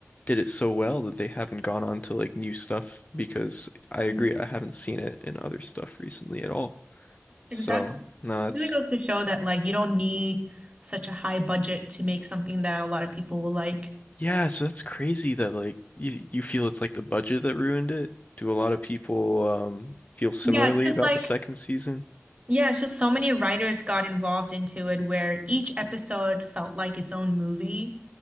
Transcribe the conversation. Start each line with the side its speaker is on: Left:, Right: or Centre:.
Left: did it so well that they haven't gone on to like new stuff because I agree,
Right: Mhm.
Left: I haven't seen it in other stuff recently at all. So,
Right: Exactly.
Left: no, that's
Right: It really goes to show that like you don't need such a high budget to make something that a lot of people will like.
Left: yeah, so that's crazy that like you you feel it's like the budget that ruined it. Do a lot of people um feel similarly
Right: Yeah, it's just
Left: about
Right: like
Left: the second season?
Right: yeah, it's just so many writers got involved into it where each episode felt like its own movie.